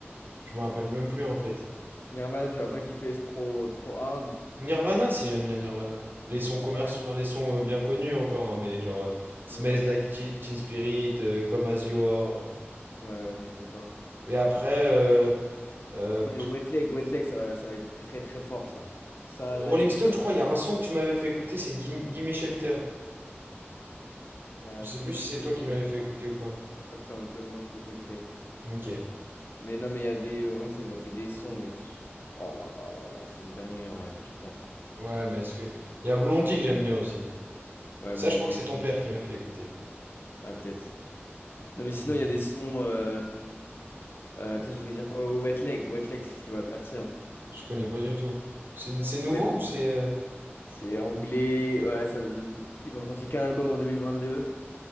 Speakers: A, on the right (about 55°); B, on the left (about 60°).
A: Je me rappelle même plus en fait.
B: Nirvana, tu vas pas kiffer, c'est trop, trop hard.
A: Nirvana, si j'aime bien Nirvana. Les sons commerciaux,
B: Ah Ouais.
A: enfin, les sons euh, bien connus encore, hein, mais genre euh, Smells
B: Ouais,
A: Like Teen Teen Spirit, euh, Come As You Are.
B: ouais, ouais, je suis d'accord.
A: Et après, euh, euh,
B: Moi, il y a Wet Leg. Wet Leg, ça va, ça va être très très fort, ça. Ça, là,
A: Rolling
B: c'était-
A: Stone, je crois, il y a un son que tu m'avais fait écouter, c'est Gimme Gimme Shelter.
B: euh,
A: Je sais
B: c'est pas
A: plus
B: moi
A: si
B: qui l'ai
A: c'est
B: fait
A: toi
B: écouter,
A: qui me l'avais
B: je
A: fait
B: crois.
A: écouter ou pas.
B: Je crois que c'est toi- moi qui l'ai fait écouter.
A: Ok.
B: Mais non, mais il y a des. euh, Orelsan, ils ont fait des sons, mais. pff, oh là là là là, c'est une dinguerie en vrai, quand tu repenses.
A: Ouais, mais est-ce que. Il y a Blondie que j'aime bien aussi.
B: Ouais,
A: Ça,
B: Blondie.
A: je crois que c'est ton
B: Ouais,
A: père qui m'a fait écouter.
B: Ouais, peut-être. Non, mais sinon,
A: Mais
B: il y a des sons. Euh, euh, attends, je vais dire quoi? Wet Leg. Wet Leg, c'est ce qui va percer. hein.
A: Je connais pas du tout. C'est c'est nouveau
B: Ouais,
A: ou c'est. euh,
B: c'est anglais. Ouais, ça... Ils ont sorti qu'un album en 2022.